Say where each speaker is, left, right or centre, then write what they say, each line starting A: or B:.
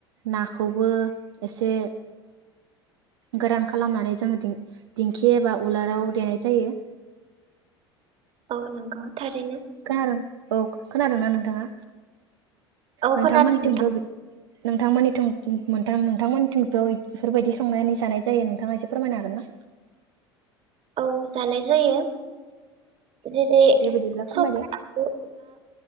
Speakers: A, on the right; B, on the right.
A: नाखौबो एसे गोरान खालामनानै जों दिं-दिंखि एबा उलाराव देनाय जायो।
B: औ नोंगौ। थारैनो।
A: खोनादों औ खोनादोंना नोंथाङा?
B: औ
A: नोंथांमोननिथिंबो
B: खोनादों नोंथां
A: नोंथांमोननिथिं मोनथां नोंथांमोनथिंथ' इफोरबायदि संनानै जानाय जायो नोंथाङा एसे फोरमायनो हागोन ना?
B: औ जानाय जायो। जेरै
A: दे बिदिब्ला फोरमायदो
B: सब <unintelligible>